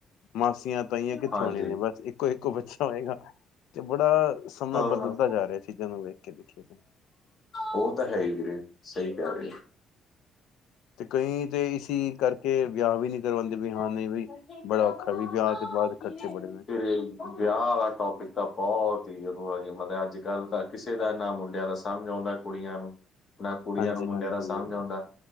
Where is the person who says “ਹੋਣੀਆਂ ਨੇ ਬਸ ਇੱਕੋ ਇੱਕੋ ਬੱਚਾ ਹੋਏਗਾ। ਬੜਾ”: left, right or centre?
Left